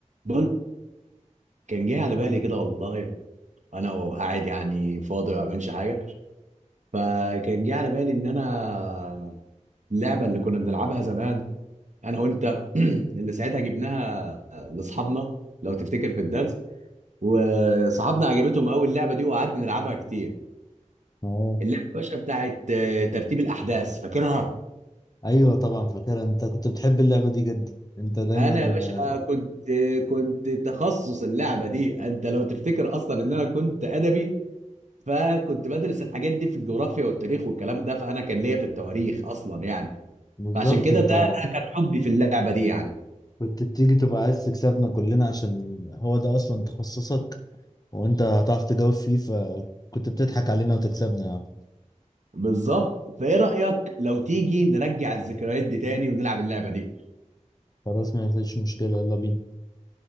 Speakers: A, on the right; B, on the left.
A: بقول كان جه على بالي كده والله انا وقاعد يعني فاضي ما بعملش حاجه فكان جه على بالي ان انا اللعبه اللي كنا بنلعبها زمان انا وانت <clears throat> اللي ساعتها جبناها لاصحابنا لو تفتكر في الدرس وصحابنا عجبتهم قوي اللعبه دي وقعدنا نلعبها كتير
B: اه
A: اللعبه يا باشا بتاعت آه، ترتيب الاحداث فاكرها
B: ايوه طبعا فاكرها انت كنت بتحب اللعبه دي جدا انت دايما
A: انا يا باشا
B: آه،
A: كنت كنت تخصص اللعبه دي انت لو تفتكر اصلا ان انا كنت ادبي فكنت بدرس الحاجات دي في الجغرافيا والتاريخ والكلام ده فانا كان ليا في التواريخ اصلا يعني
B: بالظبط
A: فعشان كده
B: انت
A: ده ده كان حبي في اللعبه دي يعني
B: كنت بتيجي تبقى عايز تكسبنا كلنا عشان هو ده اصلا تخصصك وانت هتعرف تجاوب فيه فكنت بتضحك علينا وتكسبنا يا عم
A: بالظبط فايه رايك لو تيجي نرجع الذكريات دي تاني ونلعب اللعبه دي
B: خلاص ما فيش مشكله يلا بينا